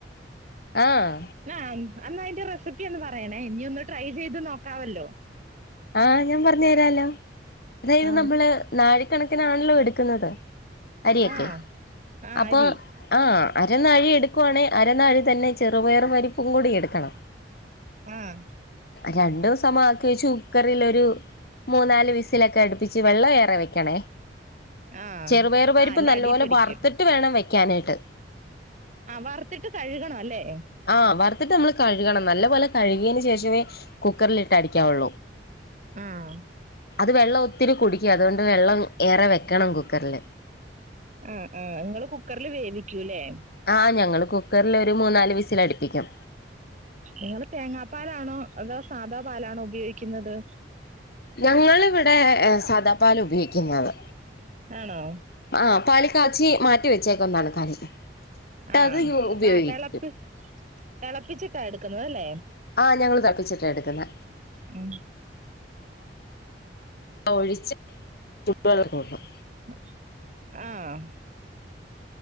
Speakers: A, on the left; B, on the right.
A: ആഹ്.
B: ആ ന്നാഅയിന്റെ റെസിപ്പി ഒന്ന് പറയണേ ഇനി ഒന്ന് ട്രൈ ചെയ്ത് നോക്കാവല്ലോ.
A: ആഹ് ഞാൻ പറഞ്ഞ് തരാലോ അതായത്
B: ആഹ്
A: നമ്മള്. നാഴി കണക്കിനാണല്ലോ എടുക്കുന്നത് അരിയൊക്കെ
B: ആഹ് ആഹ്
A: അപ്പൊ.
B: അരി
A: ആഹ് അരനാഴി എടുക്കുവാണെ അരനാഴി തന്നെ ചെറുപയർ പരിപ്പും കൂടി എടുക്കണം.
B: ആഹ്.
A: രണ്ടു സമാക്ക ച്ചു കുക്കറിൽ ഒരു മൂന്നാല് വിസിലൊക്കെ അടുപ്പിച്ച് വെള്ളം ഏറെ വെക്കണേ.
B: ആഹ്
A: ചെറുപയറുപരിപ്പ്
B: ആഹ് അല്ല
A: നല്ലപോലെ
B: അടി പിടിക്കും
A: വറുത്തിട്ട് വേണം വെക്കാനായിട്ട്.
B: ആ വറുത്തിട്ട് കഴുകണം അല്ലേ?
A: ആഹ് വറുത്തിട്ട് നമ്മൾ കഴുകണം നല്ല പോലെ കഴുകിയതിന് ശേഷമേ കുക്കറിലിട്ട് അടിക്കാവുള്ളൂ.
B: ആഹ്.
A: അത് വെള്ളം ഒത്തിരി കുടിക്കും അതുകൊണ്ട് വെള്ളം ഏറെ വെക്കണം കുക്കറിൽ.
B: ആഹ് ആഹ് നിങ്ങൾ കുക്കറിൽ വേവിക്കൂല്ലേ.
A: ആഹ് ഞങ്ങൾ കുക്കറിൽ ഒരു മൂന്നാല് വിസിൽ അടിപ്പികും.
B: ഇങ്ങൾ തേങ്ങാ പാലാണോ അതോ സാദാ പാലാണോ ഉപയോഗിക്കുന്നത്.
A: ഞങ്ങളിവിടെ സാദാപാൽ ഉപയോഗിക്കുന്നത്.
B: ആണോ.
A: ആ പാൽ ക്കാച്ചി മാറ്റിവെച്ചേക്കന്നാണ് പാൽ ന്നിട്ട്
B: ആഹ്
A: അത് ഉപയോഗിക്കും.
B: ആഹ് തിളപ്പി തിളപ്പിച്ചിട്ടാ എടുക്കുന്നതല്ലേ.
A: ആഹ് ഞങ്ങൾ തളപ്പിച്ചിട്ടാ എടുക്കുന്നേ.
B: ഉം
A: ഒഴിച്ച് ചൂടുവെള്ളം കൊടുക്കണം.
B: അഹ്, ആഹ്.